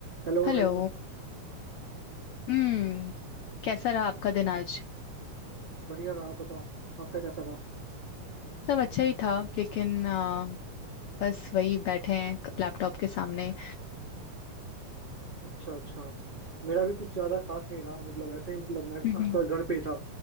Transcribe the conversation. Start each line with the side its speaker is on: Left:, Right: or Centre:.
Right: Hello
Left: Hello
Right: hello
Left: हम्म कैसा रहा आपका दिन आज
Right: बढ़िया रहा आप बताओ आपका कैसा रहा
Left: सब अच्छा ही था लेकिन आ, बस वही बैठे हैं क- लैपटॉप के सामने
Right: अच्छा अच्छा मेरा भी कुछ ज्यादा खास नहीं रहा मतलब ऐसे ही मतलब मैं
Left: हम्म
Right: आज थोड़ा घर पे ही था